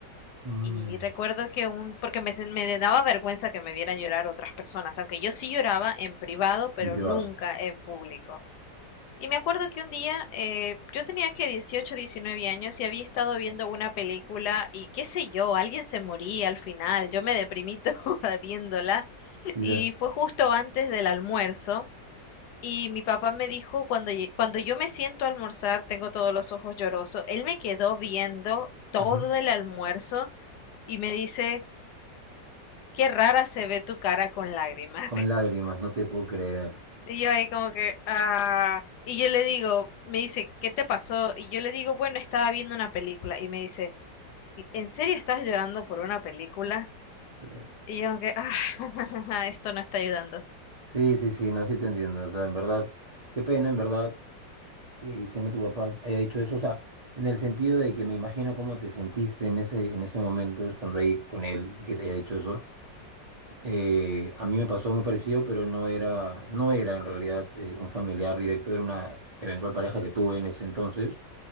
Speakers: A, on the right; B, on the left.
A: Mm,
B: Y recuerdo que un, porque me, sen- me daba vergüenza que me vieran llorar otras personas, aunque yo sí lloraba en privado, pero
A: en privado.
B: nunca en público. Y me acuerdo que un día eh, yo tenía que 18, 19 años y había estado viendo una película y qué sé yo, alguien se moría al final, yo me deprimí <laughs> toda viéndola
A: Ya.
B: y fue justo antes del almuerzo y mi papá me dijo cuando, lle- cuando yo me siento a almorzar tengo todos los ojos llorosos, él me quedó viendo todo
A: Ujú.
B: el almuerzo y me dice, qué rara se ve tu cara con lágrimas.
A: Con lágrimas, no te puedo creer.
B: Y yo ahí como que, ah, y yo le digo, me dice, ¿qué te pasó? Y yo le digo, bueno, estaba viendo una película. Y me dice, "¿Y- ¿en serio estás llorando por una película?
A: Sí.
B: Y yo como que, ah, <laughs> esto no está ayudando.
A: Sí, sí, sí, no, sí te entiendo. O sea, en verdad, qué pena, en verdad, que siendo tu papá haya dicho eso. O sea, en el sentido de que me imagino cómo te sentiste en ese, en ese momento estando ahí con él y que te haya dicho eso. Eh, a mí me pasó muy parecido, pero no era, no era en realidad eh, un familiar directo, era una eventual pareja que tuve en ese entonces.